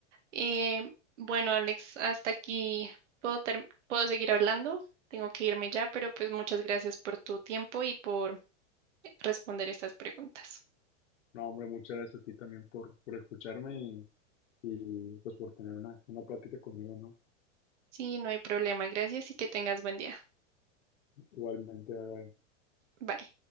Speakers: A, on the right; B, on the left.
A: Eh, bueno, Alex, hasta aquí puedo, ter- puedo seguir hablando. Tengo que irme ya, pero pues muchas gracias por tu tiempo y por responder estas preguntas.
B: No, hombre, muchas gracias a ti también por, por escucharme y, y pues por tener una, una plática conmigo, ¿no?
A: Sí, no hay problema. Gracias y que tengas buen día.
B: Igualmente, bye, bye.
A: Bye.